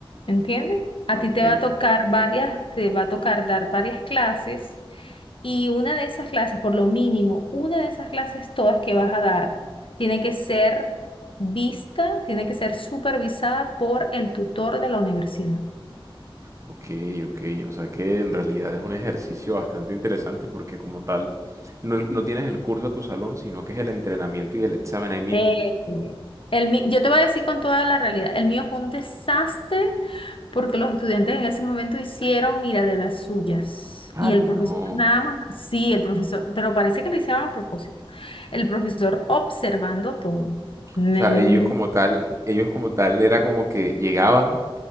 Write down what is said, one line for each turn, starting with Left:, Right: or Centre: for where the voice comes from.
Left: ¿Entiendes? A
Right: Ok,
Left: ti te va a tocar varias, te va a tocar dar varias clases y una de esas clases, por lo mínimo, una de esas clases todas que vas a dar, tiene que ser vista, tiene que ser supervisada por el tutor de la universidad.
Right: ok, ok. O sea que en realidad es un ejercicio bastante interesante porque como tal, no, no tienes el curso a tu salón, sino que es el entrenamiento y el examen ahí mismo.
Left: Eh, el, mi- yo te voy a decir con toda la realidad, el mío fue un desastre porque los estudiantes en ese momento hicieron, mira, de las suyas.
Right: Ay,
Left: Y el profesor
Right: no.
Left: nada más, sí, el profesor, pero parece que lo hicieron a propósito. El profesor observando todo. Negro.
Right: O sea, ellos como tal, ellos como tal era como que llegaban